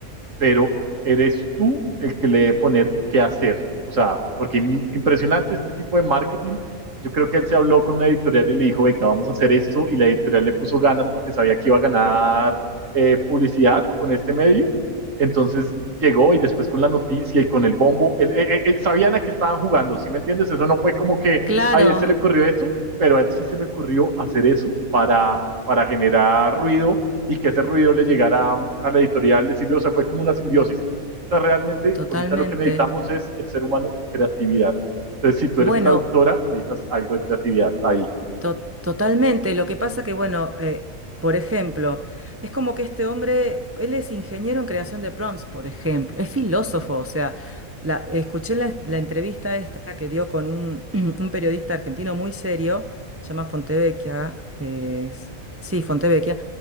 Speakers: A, on the right (about 70°); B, on the right (about 15°).
A: pero eres tú el que le debe poner qué hacer. O sea, porque impresionante este tipo de marketing. Yo creo que él se habló con una editorial y le dijo, venga, vamos a hacer esto. Y la editorial le puso ganas porque sabía que iba a ganar eh, publicidad con este medio. Entonces llegó y después con la noticia y con el bombo, él- él- él- sabían a qué estaban jugando, ¿sí me entiendes? Eso no fue como que,
B: claro,
A: ay, a él se le ocurrió esto, pero a él sí se le ocurrió hacer eso para, para generar ruido y que ese ruido le llegara a, a la editorial, le sirvió, o sea, fue como una simbiosis. O sea, realmente
B: totalmente.
A: ahorita lo que necesitamos es el ser humano creatividad. Entonces, si tú
B: Bueno.
A: eres traductora, necesitas algo de creatividad ahí.
B: To- Totalmente. Lo que pasa que, bueno, eh, por ejemplo, es como que este hombre, él es ingeniero en creación de prompts, por ejemplo, es filósofo, o sea, la, escuché la, la entrevista esta que dio con un, <clears throat> un periodista argentino muy serio, se llama Fontevecchia, eh, s- sí, Fontevecchia,